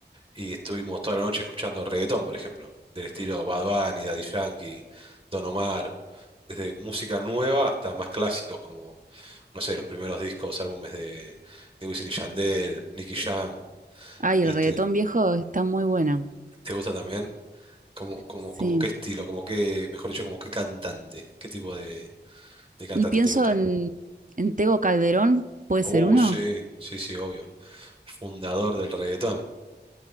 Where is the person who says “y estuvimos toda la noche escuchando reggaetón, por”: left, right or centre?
Right